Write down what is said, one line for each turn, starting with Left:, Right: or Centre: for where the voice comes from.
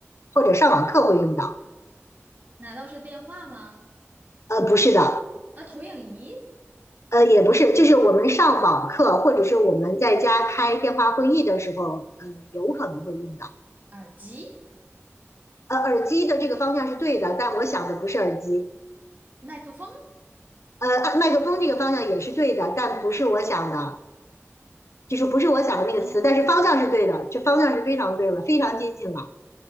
Left: 或者上网课会用到，
Right: 难道是电话吗？
Left: 呃不是的，
Right: 啊，投影仪、
Left: 呃，也不是，就是我们上网课或者是我们在家开电话会议的时候，呃，有可能会用到。
Right: 耳机、
Left: 呃，耳机的这个方向是对的，但我想的不是耳机。
Right: 麦克风？
Left: 呃，麦克风这个方向也是对的，但不是我想的，就是不是我想的那个词，
Right: 哦，
Left: 但是方向是对的，这方向是非常对了，非常接近了，